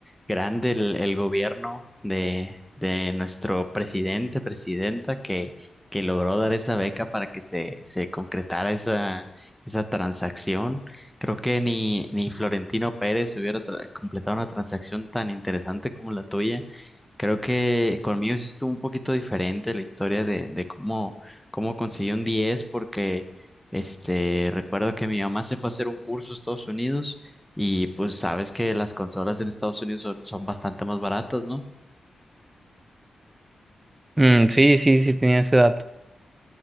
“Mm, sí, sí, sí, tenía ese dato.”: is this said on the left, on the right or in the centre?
Right